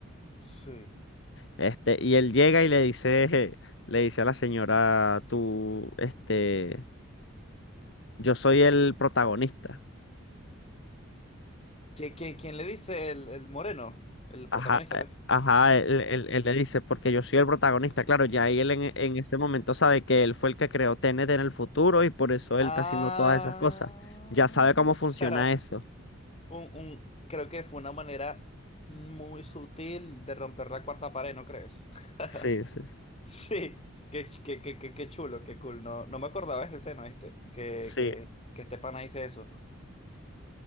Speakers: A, on the left; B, on the left.
A: Sí.
B: Este, y él llega y le dice, <laughs> le dice a la señora, tú, este, yo soy el protagonista.
A: ¿Qué, qué- quién le dice el, el moreno? El protagonista,
B: Ajá, eh,
A: pe.
B: ajá, él, él- él le dice, porque yo soy el protagonista, claro, ya y él en, en ese momento sabe que él fue el que creó T N T en el futuro y por eso
A: Ah.
B: él está haciendo todas esas cosas. Ya sabe cómo funciona
A: <laughs>
B: eso.
A: Un, un, creo que fue una manera muy sutil de romper la cuarta pared, ¿no crees? <laughs>
B: Sí, sí,
A: Sí, qué, ch- qué, qué, qué, qué chulo, qué cool. No, no me acordaba de esa escena, ¿viste? Que,
B: sí,
A: que, que este pana dice eso.